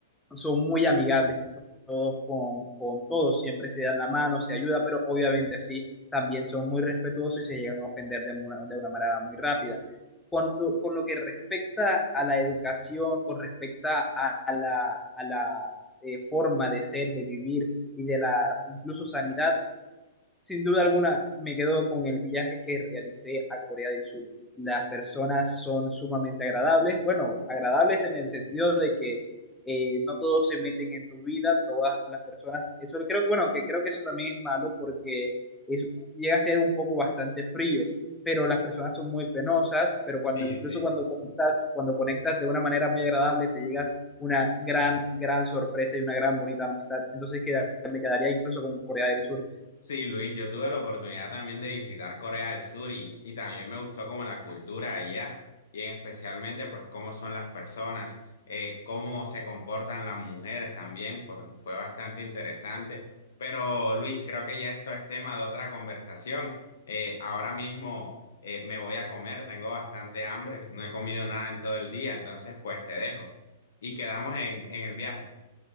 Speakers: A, in the centre; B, on the left.
A: son muy amigables todos con, con todos, siempre se dan la mano, se ayuda, pero obviamente así también son muy respetuosos y se llegan a ofender de una, de una manera muy rápida. Con, lo, con lo que respecta a la educación, con respecto a, a la eh, forma de ser, de vivir y de la incluso sanidad sin duda alguna, me quedo con el viaje que realicé a Corea del Sur. Las personas son sumamente agradables, bueno, agradables en el sentido de que eh, no todos se meten en tu vida, todas las personas, eso creo que, bueno, que creo que eso también es malo porque es, llega a ser un poco bastante frío, pero las personas son muy penosas, pero cuando,
B: Sí,
A: incluso
B: sí.
A: cuando conectas, cuando conectas de una manera muy agradable, te llegas una gran, gran sorpresa y una gran bonita amistad. Entonces queda- me quedaría incluso con Corea del Sur.
B: Sí, Luis, yo tuve la oportunidad también de visitar Corea del Sur y, y también me gustó como la cultura de allá y en especialmente pues cómo son las personas, eh, cómo se comportan las mujeres también, pues fue bastante interesante. Pero Luis, creo que ya esto es tema de otra conversación. Eh, ahora mismo eh, me voy a comer, tengo bastante hambre, no he comido nada en todo el día, entonces pues te dejo y quedamos en, en el viaje.